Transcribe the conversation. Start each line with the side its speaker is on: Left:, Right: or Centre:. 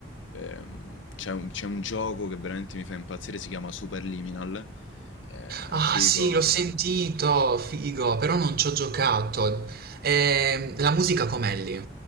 Left: ehm, c'è un, c'è un gioco che veramente mi fa impazzire, si chiama Superliminal. Eh,
Right: Ah,
Left: è figo.
Right: sì, l'ho sentito, figo, però non ci ho giocato. Ehm, la musica com'è lì?